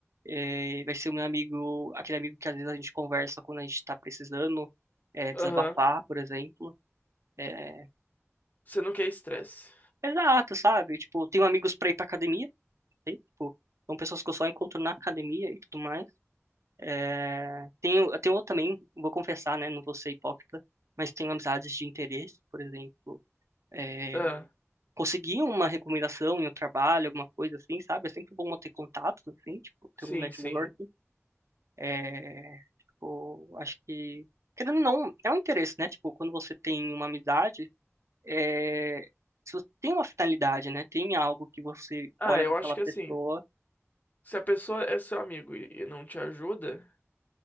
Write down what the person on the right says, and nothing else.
É, vai ser o meu amigo, aquele amigo que às vezes a gente conversa quando a gente tá precisando é, desabafar,
por exemplo. É,
exato, sabe? Tipo, eu tenho amigos pra ir pra academia, tem, tipo, são pessoas que eu só encontro na academia e tudo mais. É, tenho, eu tenho também, vou confessar, né? Não vou ser hipócrita, mas tenho amizades de interesse, por exemplo. É,
conseguir uma recomendação em um trabalho, alguma coisa assim, sabe? É sempre bom ter contatos, assim, tipo, ter
um networking.
É, tipo, acho que, querendo ou não, é um interesse, né? Tipo, quando você tem uma amizade, é, se você tem uma finalidade, né? Tem algo que você
olha
daquela
pessoa.